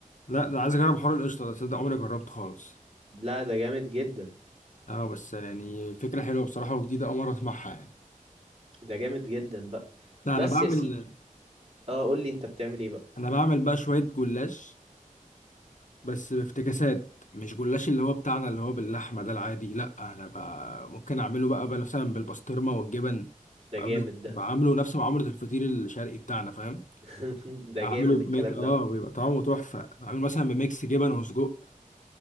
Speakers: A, on the left; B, on the right.
A: لا ده عايز اجرب حوار القشطه ده تصدق عمري ما جربته خالص
B: لا ده جامد جدا
A: اه بس يعني فكره حلوه بصراحه وجديده اول مره اسمعها يعني
B: ده جامد جدا بقى
A: لا
B: بس
A: انا بعمل
B: يا سيدي اه قول لي انت بتعمل ايه بقى
A: انا بعمل بقى شويه جلاش بس بافتكاسات مش جلاش اللي هو بتاعنا اللي هو باللحمه ده العادي لا انا بقى ممكن اعمله بقى بقى مثلا بالبسطرمه والجبن
B: ده
A: بعمله
B: جامد ده
A: بعمله نفس معامله الفطير الشرقي بتاعنا فاهم
B: <laughs> ده
A: اعمله
B: جامد الكلام
A: بميك اه
B: ده
A: بيبقى طعمه تحفه بعمله مثلا بميكس جبن وسجق